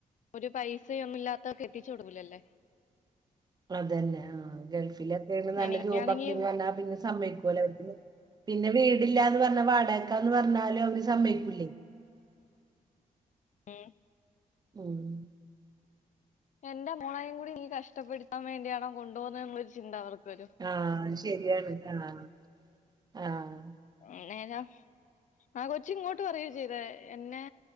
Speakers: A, on the left; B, on the right.
A: ഒരു പൈസയൊന്നും ഇല്ലാത്ത കെട്ടിച്ചു കൊടുക്കൂലല്ലോ.
B: അതന്നെ ആഹ് ഗൾഫിലൊക്കെണ് നല്ല
A: എനിക്കാണെങ്കി
B: ജോബൊക്കെന്ന് പറഞ്ഞ സംഭവിക്കുല്ലോ <unintelligible> പിന്നെ വീടില്ലാന്ന് പറഞ്ഞാ വാട ക്കാന്ന് പറഞ്ഞാലും അവര് സമ്മയിക്കൂല്ലെയ്.
A: ഏ.
B: ഉം.
A: എന്റെ മോളയും കൂടി നീ കഷ്ടപ്പെടുത്താൻ വേണ്ടിയാണോ കൊണ്ടു വന്നോ എന്ന ഒരു ചിന്ത അവർക്ക് വരും.
B: ആഹ്. അത് ശരിയാണ് ആഹ് ആഹ്.
A: അന്നേരം ആ കൊച്ച് ഇങ്ങോട്ട് പറയാ ചെയ്തെ എന്നെ